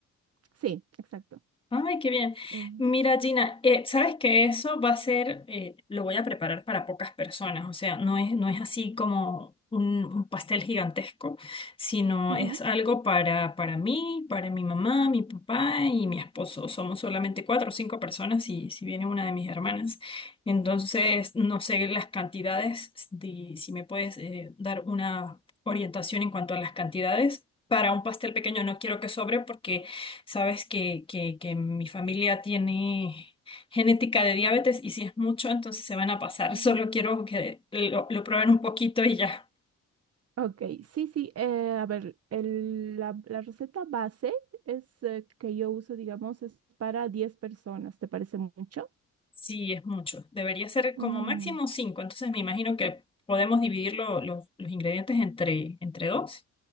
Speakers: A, on the right; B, on the left.
A: sí, exacto.
B: Ay, qué bien.
A: Eh,
B: Mira, Gina, eh, sabes que eso va a ser, eh, lo voy a preparar para pocas personas, o sea, no es, no es así como un, un pastel gigantesco, sino
A: ujú.
B: es algo para, para mí, para mi mamá, mi papá y mi esposo. Somos solamente cuatro o cinco personas y si viene una de mis hermanas. Entonces, no sé las cantidades, de- si me puedes, eh, dar una orientación en cuanto a las cantidades. Para un pastel pequeño no quiero que sobre porque Sabes que, que, que mi familia tiene genética de diabetes y si es mucho, entonces se van a pasar.
A: Ah,
B: <laughs> Solo quiero que lo, lo prueben un poquito y ya.
A: ok, sí, sí. eh, a ver, el- la, la receta base es eh, que yo uso, digamos, es para 10 personas. ¿Te parece mucho?
B: Sí, es mucho. Debería ser
A: Mm,
B: como máximo cinco. Entonces me imagino que podemos dividir lo- lo- los ingredientes entre, entre dos.